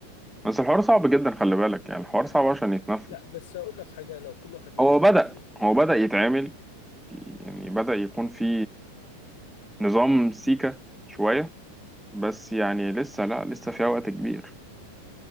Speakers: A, in the centre; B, on the left.
A: بس الحوار صعب
B: يعني
A: جدا خلي بالك يعني الحوار صعب عشان يتنفذ
B: لا بس اقول لك حاجه لو كل واحد بدا
A: هو
B: بنفسه
A: بدأ
B: واتقى
A: هو بدأ
B: ربنا
A: يتعمل يعني بدأ يكون في نظام سيكة شوية بس يعني لسه لا لسه فيها وقت كبير